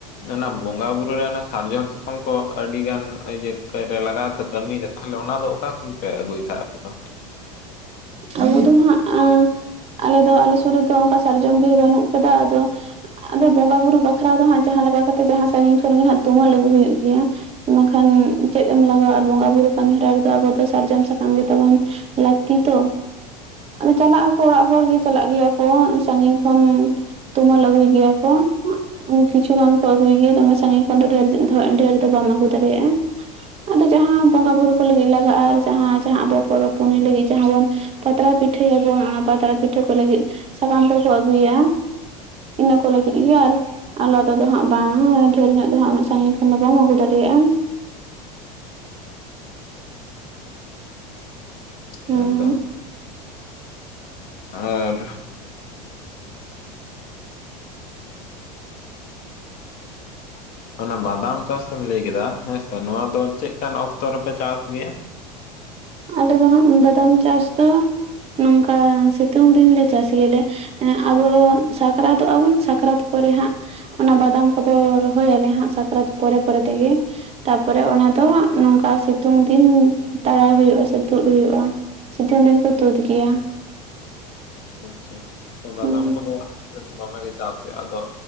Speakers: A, on the left; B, on the right.
A: ᱚᱱᱟ ᱵᱚᱸᱜᱟ ᱵᱩᱨᱩ ᱨᱮ ᱚᱱᱟ ᱥᱟᱨᱡᱚᱢ ᱯᱷᱚᱝ ᱠᱚ ᱟᱹᱰᱤ ᱜᱟᱱ ᱤᱭᱟᱹ ᱞᱟᱜᱟᱣ ᱠᱟᱹᱢᱤ ᱨᱮ ᱛᱟᱦᱚᱞᱮ ᱚᱱᱟ ᱫᱚ ᱚᱠᱟ ᱠᱷᱚᱱ ᱯᱮ ᱟᱹᱜᱩᱭ ᱛᱟᱦᱮᱸᱫ ᱟᱯᱮ ᱫᱚ?
B: ᱟᱞᱮ ᱫᱚ ᱦᱟᱸ ᱟ ᱟᱞᱮ ᱫᱚ ᱟᱞᱮ ᱥᱩᱨ ᱨᱮᱫᱚ ᱚᱝᱠᱟ ᱥᱟᱨᱡᱚᱢ ᱵᱤᱨ ᱵᱟᱹᱱᱩᱜ ᱠᱟᱫᱟ ᱟᱫᱚ ᱟᱫᱚ ᱵᱚᱸᱜᱟ ᱵᱩᱨᱩ ᱵᱟᱠᱷᱨᱟ ᱫᱚ ᱱᱟᱜ ᱡᱟᱦᱟᱸ ᱞᱮᱠᱟ ᱠᱟᱛᱮᱜ ᱡᱟᱦᱟ ᱥᱟᱺᱜᱤᱧ ᱠᱷᱚᱱᱜᱮ ᱦᱟᱸᱜ ᱛᱩᱢᱟᱹᱞ ᱟᱹᱜᱩ ᱦᱩᱭᱩᱜ ᱜᱤᱭᱟ᱾ ᱵᱟᱝᱠᱷᱟᱱ ᱪᱮᱫ ᱮᱢ ᱞᱟᱜᱟᱣᱟ ᱟᱨ ᱵᱚᱸᱜᱟ ᱵᱩᱨᱩ ᱠᱟᱹᱢᱤᱦᱚᱨᱟ ᱨᱮᱫᱚ ᱟᱵᱚ ᱫᱚ ᱥᱟᱨᱡᱚᱢ ᱥᱟᱠᱟᱢ ᱜᱮ ᱛᱵᱚᱱ ᱞᱟᱹᱠᱛᱤ ᱛᱚ ᱾ ᱟᱫᱚ ᱪᱟᱞᱟᱜ ᱟᱠᱚ ᱚᱲᱟᱜ ᱦᱚᱲ ᱜᱮ ᱪᱟᱞᱟᱜ ᱜᱮᱭᱟ ᱠᱚ ᱥᱟᱺᱟᱹᱜᱤᱧ ᱠᱷᱚᱱ ᱛᱩᱢᱟᱹ ᱟᱹᱜᱩᱭ ᱜᱮᱭᱟ ᱠᱚ ᱠᱤᱪᱷᱩ ᱜᱟᱱ ᱠᱚ ᱟᱹᱜᱩᱭ ᱜᱮᱭᱟ ᱫᱚᱢᱮ ᱥᱟᱹᱜᱤᱧ ᱠᱷᱚᱱ ᱫᱚ ᱰᱷᱮᱨ-ᱰᱷᱮᱨ ᱫᱚ ᱵᱟᱢ ᱟᱹᱜᱩ ᱫᱟᱲᱮᱭᱟᱜᱼᱟ᱾ ᱟᱫᱚ ᱡᱟᱦᱟᱸ ᱵᱚᱸᱜᱟ ᱵᱩᱨᱩ ᱠᱚ ᱞᱟᱹᱜᱤᱜ ᱞᱟᱜᱟᱜᱼᱟ ᱟᱵᱚ ᱯᱚᱨᱚᱵᱽ ᱯᱩᱱᱟᱹᱭ ᱞᱟᱹᱜᱤᱫ ᱡᱟᱦᱟᱸ ᱵᱚᱱ ᱯᱟᱛᱲᱟ ᱯᱤᱴᱷᱟᱹᱭᱟᱵᱚᱱ ᱚᱱᱟ ᱯᱟᱛᱲᱟ ᱯᱤᱴᱷᱟᱹ ᱠᱚ ᱞᱟᱹᱜᱤᱫ ᱥᱟᱠᱟᱢ ᱠᱚᱠᱚ ᱟᱹᱜᱩᱭᱟ᱾ ᱤᱱᱟᱹ ᱠᱚ ᱞᱟᱹᱜᱤᱫ ᱟᱨ ᱟᱞᱟᱫᱟ ᱫᱚ ᱦᱟᱸᱜ ᱵᱟᱝ ᱰᱷᱮᱨ ᱧᱚᱜ ᱫᱚ ᱦᱟᱜ ᱩᱱᱟᱹᱜ ᱥᱟᱺᱜᱤᱧ ᱠᱷᱚᱱ ᱫᱚ ᱵᱟᱢ ᱟᱹᱜᱩ ᱫᱟᱲᱮᱭᱟᱜᱼᱟ ᱾ ᱦᱩᱸ
A: ᱦᱮᱸ ᱛᱚ᱾ ᱟᱨ ᱚᱱᱟ ᱵᱟᱫᱟᱢ ᱪᱟᱥᱮᱢ ᱞᱟᱹᱭ ᱠᱮᱫᱟ ᱦᱮᱸᱥᱮ ᱱᱚᱣᱟ ᱫᱚ ᱪᱮᱜᱠᱟᱱ ᱚᱠᱛᱚ ᱨᱮᱯᱮ ᱪᱟᱥ ᱜᱮᱭᱟ?
B: ᱟᱞᱮ ᱫᱚ ᱦᱟᱸᱜ ᱵᱟᱫᱟᱢ ᱪᱟᱥ ᱫᱚ ᱱᱚᱝᱠᱟ ᱥᱤᱛᱩᱝ ᱫᱤᱱᱞᱮ ᱪᱟᱥ ᱜᱮᱭᱟᱞᱮ᱾ ᱟᱵᱚ ᱥᱟᱠᱨᱟᱛᱚᱜᱼᱟ ᱵᱚᱱ ᱥᱟᱠᱨᱟᱛ ᱯᱚᱨᱮ ᱦᱟᱸᱜ᱾ ᱚᱱᱟ ᱵᱟᱫᱟᱢ ᱠᱚᱫᱚ ᱨᱚᱦᱚᱞᱮ ᱦᱟᱸᱜ ᱥᱟᱠᱨᱟᱛ ᱯᱚᱨᱮ ᱯᱚᱨᱮ ᱛᱮᱜᱮ ᱾ ᱛᱟᱯᱚᱨᱮ ᱚᱱᱟ ᱫᱚ ᱱᱚᱝᱠᱟ ᱥᱤᱛᱩᱝ ᱫᱤᱱ ᱛᱟᱲᱟᱣ ᱦᱩᱭᱩᱜᱼᱟ ᱥᱮ ᱛᱩᱫ ᱦᱩᱭᱩᱜᱼᱟ ᱥᱤᱛᱩᱝ ᱫᱤᱱ ᱠᱚ ᱛᱩᱫ ᱜᱮᱭᱟ᱾
A: ᱟᱪᱪᱷᱟ ᱵᱟᱫᱟᱢ
B: ᱦᱮᱸ
A: ᱠᱚᱫᱚ ᱫᱚᱢᱮ ᱜᱮ ᱪᱟᱥᱮ ᱟᱫᱚ